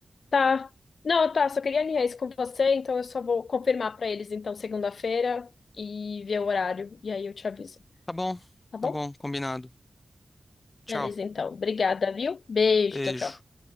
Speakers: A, on the left (about 80°); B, on the left (about 30°).
A: Tá. Não, tá, só queria alinhar isso com você, então eu só vou confirmar pra eles, então, segunda-feira e ver o horário, e aí eu te aviso,
B: Tá bom,
A: tá bom?
B: tá bom, combinado. Tchau.
A: Beleza, então. Obrigada, viu? Beijo,
B: Beijo.
A: tchau, tchau.